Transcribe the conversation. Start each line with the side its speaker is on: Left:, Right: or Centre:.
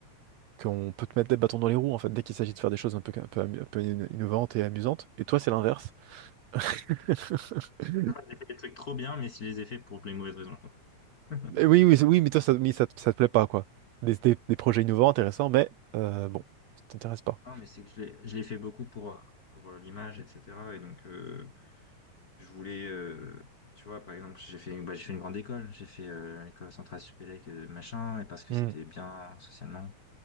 Right: qu'on peut te mettre des bâtons dans les roues, en fait, dès qu'il s'agit de faire des choses un peu, un peu, amu- un peu in- innovantes et amusantes. Et toi, c'est l'inverse. <laughs>
Left: J'ai fait des trucs trop bien, mais je les ai faits pour les mauvaises raisons. quoi. <laughs>
Right: Mais oui, oui, oui, mais toi, ça, mais ça, te ça te plaît pas, quoi. Des, des- des projets innovants, intéressants, mais euh, bon, ça t'intéresse pas.
Left: Non, mais c'est que je l'ai, je l'ai fait beaucoup pour, euh, pour euh, l'image, etc. Et donc, euh, je voulais, euh, tu vois, par exemple, j'ai fait, bah, j'ai fait une grande école. J'ai fait euh, l'école centrale Supélec, euh, machin, et parce que
Right: Hmm.
Left: c'était bien socialement.